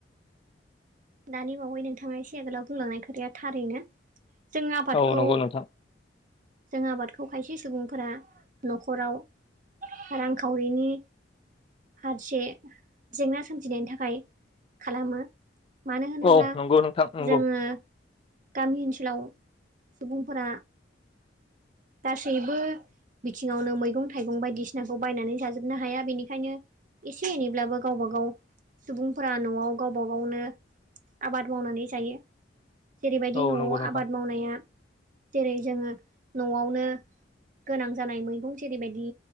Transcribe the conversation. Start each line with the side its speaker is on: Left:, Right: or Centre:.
Right: दानि बावै नोंथाङा सेगोलाव बुंलांनाय खोथाया थारैनो जों आबादखौ
Left: औ नंगौ नोंथां
Right: जों आबादखौ खायसे सुबुंफोरा न'खराव रांखावरिनि हारसे जेंना सोमजिनायनि थाखाय खालामो मानो होनोब्ला
Left: औ नंगौ नोंथां नंगौ
Right: जोङो गामि ओनसोलाव सुबुंफोरा दासैबो बिथिङावनो मैगं थाइगं बायदिसिनाखौ बायनानै जाजोबनो हाया बेनिखायनो एसे एनैब्लाबो गावबा गाव सुबुंफोरा न'आव गावबा गावनो आबाद मावनानै जायो जेरैबायदि
Left: औ
Right: न'आव
Left: नंगौ नोंथां
Right: आबाद मावनाया जेरै जोङो न'आवनो गोनां जानाय मैगं जेरैबायदि